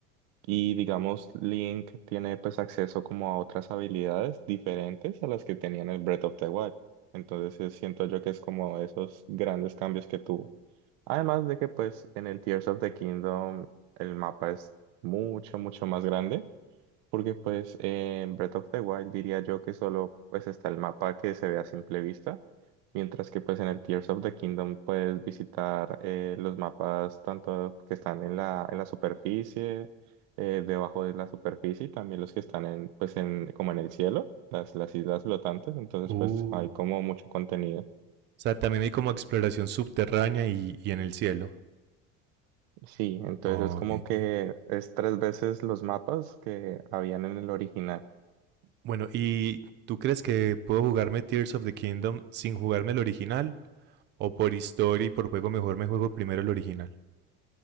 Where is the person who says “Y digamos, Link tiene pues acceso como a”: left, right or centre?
Right